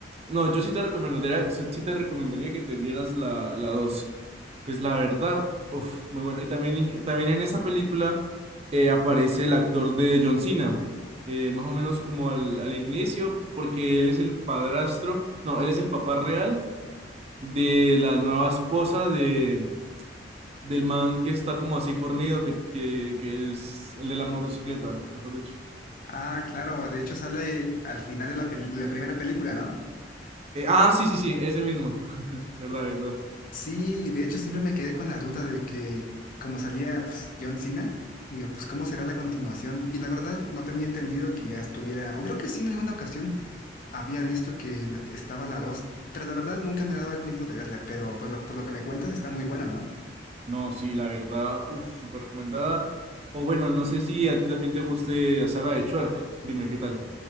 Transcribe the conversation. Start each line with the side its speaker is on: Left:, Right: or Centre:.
Right: no, yo sí te recomendaría, sí sí te recomendaría que te vieras la, la dos Pues la verdad, uf, muy buena. Y también, en- también en esa película eh, aparece el actor de John Cena, eh, más o menos como al, al inicio, porque él es el padrastro, no, él es el papá real de la nueva esposa de, del man que está como así fornido, que, que, que es el de la motocicleta, mejor dicho.
Left: Ah, claro, de hecho sale al final de la, pel- la primera película, ¿no?
Right: Eh, ah, sí, sí, sí, ese mismo, verdad, verdad.
Left: Sí, y de hecho siempre me quedé con la duda de que como salía pues, John Cena, digo, pues ¿cómo será la continuación? Y la verdad no tenía entendido que ya estuviera, o creo que sí en alguna ocasión Había visto que la- estaba la dos pero la verdad nunca me he dado el tiempo de verla, pero pues lo- por lo que me cuentas está muy buena, ¿no?
Right: No, sí, la verdad, uff, súper recomendada. O bueno, no sé si a ti también te guste la saga de Shrek. Dime qué tal.